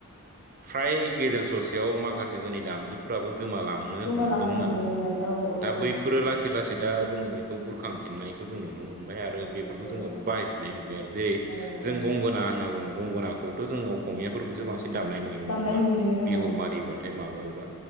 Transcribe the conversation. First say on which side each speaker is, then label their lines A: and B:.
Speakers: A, on the right; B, on the left.
A: फ्राय गेजेर ससेयाव माखासे जोंनि दामजुफोराबो गोमालांनो
B: गोमालांनो
A: हमदोंमोन
B: औ औ
A: दा बैफोरो
B: औ औ
A: लासै लासै दा जोङो बे खौ बुरखांफिननायखौ जों नुनो मोनबाय
B: औ
A: आरो
B: नुनो
A: बेफोरखौ
B: मोनबाय
A: जोङो बाहाय फिननाय नुबाय आरो जेरै
B: ओं औ
A: जों
B: औ
A: गंगोना होनना बुङो गंगोननाखौथ जोङो असमियाफोरखौ जों बांसिन दामनाय नुयोमोन नङा
B: दामनाय
A: होमबा
B: नुयो
A: बिहु
B: ओं
A: मारिबाथाय माबोबा